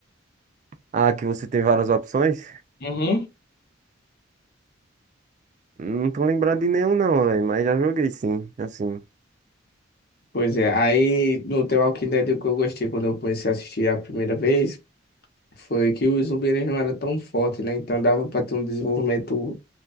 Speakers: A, on the right (about 40°); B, on the left (about 55°).
A: Ah, que você tem várias opções?
B: Uhum.
A: Não tô lembrado de nenhum, não, velho. Mas já joguei sim, assim.
B: Pois é, aí no The Walking Dead o que eu gostei quando eu comecei a assistir a primeira vez foi que os zumbis eles não eram tão fortes, né? Então dava pra ter um desenvolvimento